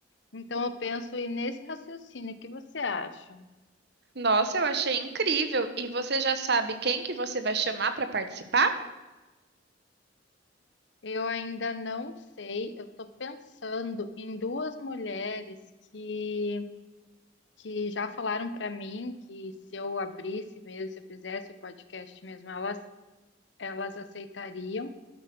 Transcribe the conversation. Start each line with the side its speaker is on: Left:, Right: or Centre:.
Left: Então, eu penso e nesse raciocínio, o que você acha?
Right: Nossa, eu achei incrível. E você já sabe quem que você vai chamar para participar?
Left: Eu ainda não sei, eu estou pensando em duas mulheres que, que já falaram para mim que se eu abrisse mesmo, se eu fizesse o podcast mesmo, elas elas aceitariam.